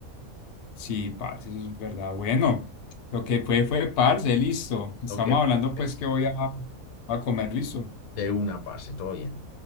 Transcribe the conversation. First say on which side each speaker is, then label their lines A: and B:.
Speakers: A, on the left; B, on the left.
A: Sí, parce, eso es verdad. Bueno, lo que fue fue parce, listo. Estamos
B: Ok, fue-
A: hablando
B: fue
A: pues que voy a, a comer, listo.
B: de una, parce, todo bien.